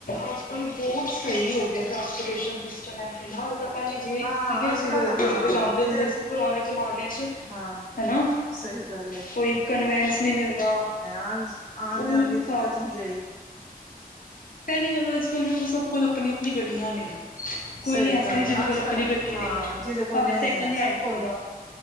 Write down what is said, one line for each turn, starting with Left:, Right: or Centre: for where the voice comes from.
Left: ਅੱਜ ਕੱਲ੍ਹ ਬੋਤ ਸਹੀ ਏ ਤੇ ਟਰਾਂਸਪੋਰਟੇਸ਼ਨ ਸਿਸਟਮ ਏ- ਤਾਂ ਪਹਿਲੇ ਜਿਵੇਂ
Right: ਹਾਂ
Left: ਕਿਵੇਂ
Right: ਅੱਜ
Left: ਅਸੀਂ
Right: ਕੱਲ
Left: ਰੋਲ ਕਢੋਲ
Right: ਹਾਂ
Left: ਕੇ ਜਾਂਦੇ
Right: ਕਿਧਰੇ
Left: ਹੁੰਦੇ ਸੀ ਪੁਰਾਨੇ ਜ਼ਮਾਨੇ 'ਚ।
Right: ਹਾਂ
Left: ਹੈਨਾ।
Right: ਸਹੀ ਗੱਲ
Left: ਕੋਈ ਕਨਵੈਂਸ ਨਹੀਂ ਮਿਲਣਾ।
Right: ਆਂਜ ਆਨ
Left: ਉਹ
Right: ਜਾਨ
Left: ਹੁਣ
Right: ਦੀ ਦਿੱਕਤ
Left: ਤਾਂ
Right: ਨਈ ਰਈ।
Left: ਪਹਿਲੀ ਗੱਲ ਅੱਜ ਕੱਲ ਵੇਖੋ ਸਭ ਕੋਲ ਅਪਨੀ ਅਪਨੀ ਗੱਡੀ- ਡੀਆਂ ਨੇ। <inaudible> ਕੋਈ
Right: ਸਹੀ
Left: ਐਸਾ
Right: ਗੱਲ
Left: ਨਹੀਂ
Right: ਏ
Left: ਜਿਹਦੇ ਕੋਲ
Right: ਅੱਜ
Left: ਆਪਣੀ
Right: ਕੱਲ੍ਹ
Left: ਗੱਡੀ
Right: ਹਾਂ
Left: ਨਹੀਂ ਹੈ
Right: ਜਿਹਦੇ ਕੋਲ
Left: ਭਾਵੇਂ
Right: ਨਹੀਂ
Left: ਸੈਕਿੰਡ
Right: ਏ
Left: ਹੈਂਡ
Right: ਸਭ ਕੋਲ
Left: ਕਿਉਂ ਨਾ।